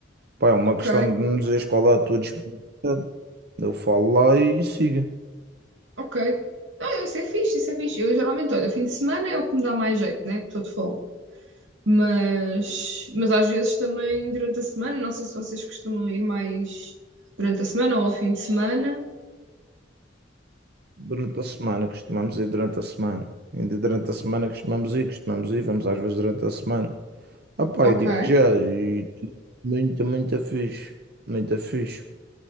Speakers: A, on the right; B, on the right.
A: Pá, é uma
B: Ok,
A: questão de me dizeres qual é a tua disponibilidade. Eu falo lá e siga.
B: ok. Não, isso é fixe, isso é fixe. Eu geralmente, olha, fim de semana é o que me dá mais jeito, né? Estou de folga. Mas, mas às vezes também durante a semana, não sei se vocês costumam ir mais durante a semana ou ao fim de semana.
A: Durante a semana, costumamos ir durante a semana. Ainda durante a semana costumamos ir, costumamos ir, vamos às vezes durante a semana. Ah pá,
B: Ok.
A: eu digo já, e muito, muito fixe. Muito fixe.